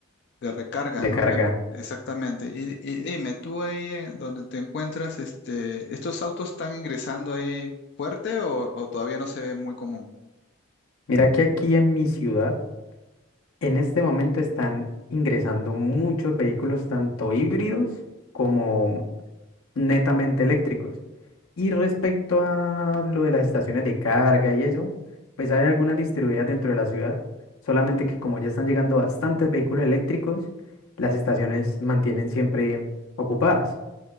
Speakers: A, on the left; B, on the left.
A: De recarga,
B: de
A: ¿no?
B: carga.
A: Me- exactamente. Y, y dime, tú ahí en donde te encuentras, este, ¿estos autos están ingresando ahí fuerte o, o todavía no se ve muy común?
B: Mira que aquí en mi ciudad, en este momento están ingresando muchos vehículos, tanto híbridos como netamente eléctricos. Y respecto a lo de las estaciones de carga y eso, pues hay algunas distribuidas dentro de la ciudad, solamente que como ya están llegando bastantes vehículos eléctricos, las estaciones mantienen siempre ocupadas.